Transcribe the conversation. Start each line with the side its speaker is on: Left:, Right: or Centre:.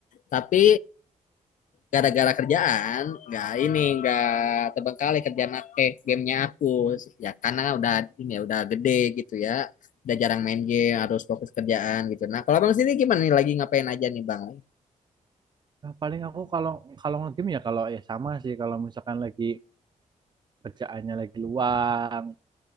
Left: Tapi gara-gara kerjaan nggak ini nggak terbengkalai kerjaan game gamenya aku ya karena udah ini ya udah gede gitu ya udah jarang main game harus fokus kerjaan gitu nah kalau bang sini gimana nih lagi ngapain aja nih bang
Right: Nah, paling aku kalau kalau game ya kalau ya sama sih kalau misalkan lagi kerjaannya lagi luang